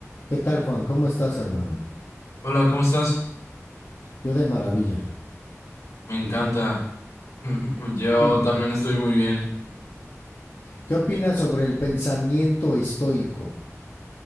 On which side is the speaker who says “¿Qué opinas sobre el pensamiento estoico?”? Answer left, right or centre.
Left